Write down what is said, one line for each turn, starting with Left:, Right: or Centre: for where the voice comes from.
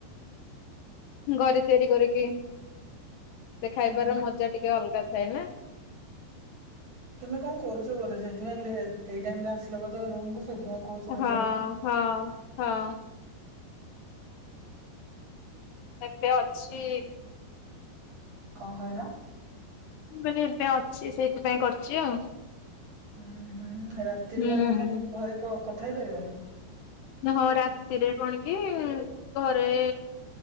Left: ଘରେ ତିଆରି କରିକି ସେ ଖାଇବାର
Right: ହୁଁ
Left: ମଜା ଟିକେ ଅଲଗା ଥାଏ ନା।
Right: ତୁମେ କଣ କରୁଛ ବୋଧେ, ସେଥିପାଇଁ ଲେ ଏଇ ଟାଇମ୍ ରେ ଆସିଲ ବୋଧ ରମକୁୁ <unintelligible> ତୁମେ କହୁଚ କରିବା
Left: ହଁ
Right: ପାଇଁ ଆଉ।
Left: ହଁ ହଁ। ଏବେ ଅଛି
Right: କଣ କହିଲ?
Left: ମୁଁ କହିଲି ଏବେ ଅଛି ସେଇଥିପାଇଁ କରିଚି ଆଉ।
Right: ଉଁ ହୁଁ ରାତିରେ
Left: ହୁଁ।
Right: କଣ ତମକୁ ଘରେ କ କଥା ହେଇପାରିବାନି।
Left: ହଁ ରାତିରେ କଣ କି ଘରେ